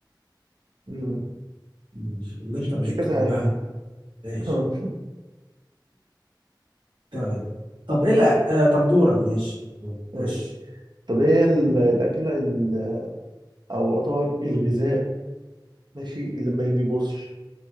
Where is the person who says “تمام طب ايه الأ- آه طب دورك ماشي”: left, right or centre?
Right